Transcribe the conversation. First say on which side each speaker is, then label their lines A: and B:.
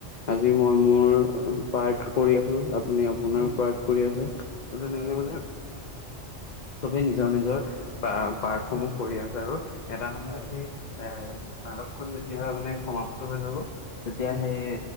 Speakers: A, on the left; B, on the left.
A: আজি মই মোৰ পাৰ্ট কৰি আছো, আপুনি আপোনাৰ
B: উম,
A: পাৰ্ট কৰি তেনেকে
B: হয়, হয়,
A: মানে চবে নিজৰ নিজৰ বা পাৰ্টসমূহ
B: উম,
A: কৰি আছে, আৰু এটা সময়ত
B: হয়,
A: সেই এই, নাটকখন যেতিয়া হয় মানে সমাপ্ত হৈ যাব', তেতিয়া
B: উম,
A: সেই